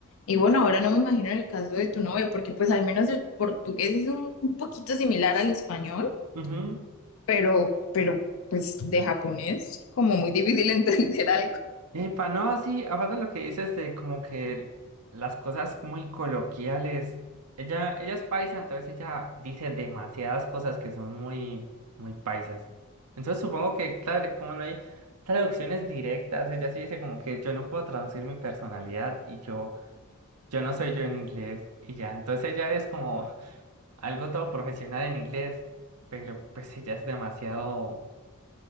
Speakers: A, on the left; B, on the right.
A: Y bueno, ahora no me imagino el caso de tu novio, porque pues al menos el portugués es un, un poquito similar al español,
B: Ujú.
A: pero, pero pues de japonés, como muy difícil <laughs> entender algo.
B: Epa, no, sí, aparte de lo que dices de como que las cosas muy coloquiales, ella, ella es paisa, entonces ella dice demasiadas cosas que son muy, muy paisas. Entonces supongo que, claro, como no hay traducciones directas, ella sí dice como que yo no puedo traducir mi personalidad y yo, yo no soy yo en inglés y ya, entonces ella es como algo todo profesional en inglés, pero pues ella es demasiado...